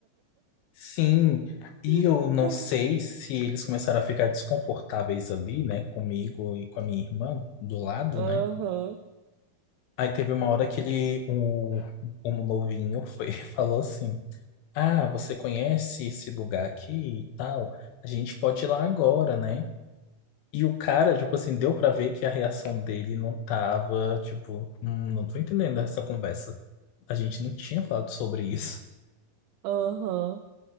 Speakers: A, on the left; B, on the right.
A: Sim, e eu
B: <laughs>
A: não sei se eles começaram a ficar desconfortáveis ali, né, comigo e com a minha irmã do lado,
B: Aham,
A: né? Aí teve uma hora que ele, o, o novinho foi, <laughs> falou assim: Ah, você conhece esse lugar aqui e tal? A gente pode ir lá agora, né? E o cara, tipo assim, deu pra ver que a reação dele não tava, tipo, "Hum, não tô entendendo essa conversa. A gente não tinha falado sobre isso.
B: aham.